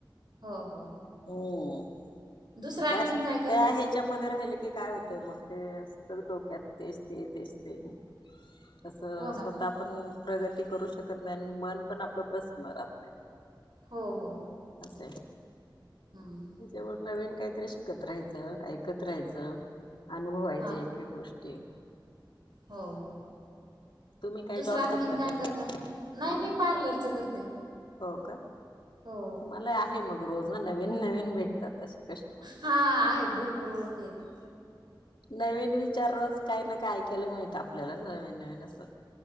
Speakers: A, on the right; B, on the left.
A: हो, हो!
B: होम
A: दुसरं आणखीन
B: त्याच
A: काय करतात
B: त्या ह्याच्यामध्ये राहिले की काय होत मग ते सतत डोक्यात तेच ते तेच ते. तसं
A: हो ना
B: स्वतः पण प्रगती करू शकत नाही आणि मन पण आपलं प्रसन राहत नाही.
A: हो, हो, हो!
B: असं.
A: नाही.
B: त्याच्यावर नवीन काहीतरी शिकत राहायचं ऐकत राहायचं अनुभवायच.
A: हा
B: ह्या गोष्टी
A: हो, हो,
B: तुम्ही काय
A: दुसरं
B: जॉब
A: आणखीन काय
B: का?
A: करता? नाही
B: हम्म
A: मी पार्लरचं करते.
B: हो का तुम्हाला
A: हो
B: आहे मग रोज ना नवीन नवीन भेटतात असे. कष्टवान
A: हा आहेत भरपूर ओळखी आहेत
B: नवीन विचार. रोजच्या रोज काही ना काय ऐकायला मिळत आपल्याला नवीन नवीन असं.